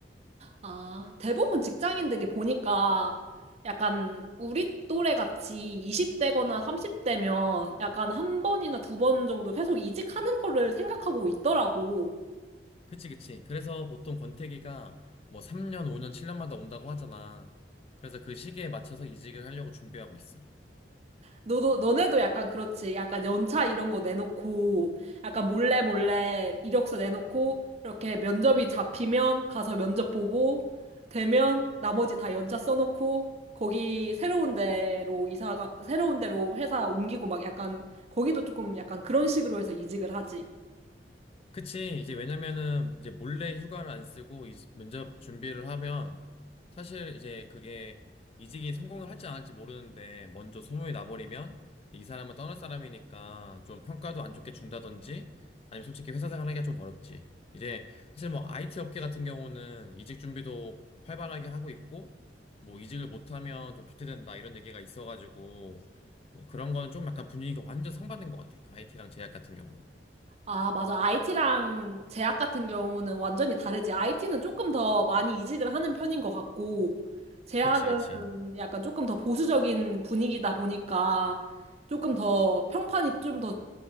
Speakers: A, on the right (about 35°); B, on the left (about 35°).
A: 아, 대부분 직장인들이 보니까 약간 우리 또래 같이 20대거나 30대면 약간 한 번이나 두 번 정도 계속 이직하는 거를 생각하고 있더라고.
B: 그치, 그치. 그래서 보통 권태기가 뭐 3년, 5년, 7년마다 온다고 하잖아. 그래서 그 시기에 맞춰서 이직을 하려고 준비하고 있어.
A: 너도, 너네도 약간 그렇지. 약간 연차 이런 거 내놓고, 약간 몰래 몰래 이력서 내놓고, 이렇게 면접이 잡히면 가서 면접 보고, 되면 나머지 다 연차 써놓고, 거기 새로운 데로 이사가, 새로운 데로 회사 옮기고 막 약간, 거기도 조금 약간 그런 식으로 해서 이직을 하지.
B: 그치. 이제 왜냐면은 이제 몰래 휴가를 안 쓰고 이- 면접 준비를 하면 사실 이제 그게 이직이 성공을 할지 안 할지 모르는데 먼저 소문이 나버리면 이 사람은 떠날 사람이니까 좀 평가도 안 좋게 준다든지 아니면 솔직히 회사 생활 하기가 좀 어렵지. 이제 사실 뭐 IT 업계 같은 경우는 이직 준비도 활발하게 하고 있고 뭐 이직을 못하면 좀 도태된다 이런 얘기가 있어가지고 뭐 그런 거는 좀 약간 분위기가 완전 상반된 것 같아. IT랑 제약 같은 경우는.
A: 아, 맞아. IT랑 제약 같은 경우는 완전히 다르지. IT는 조금 더 많이 이직을 하는 편인 것 같고, 제약은
B: 그치, 그치.
A: 약간 조금 더 보수적인 분위기다 보니까 조금 더 평판이 좀 더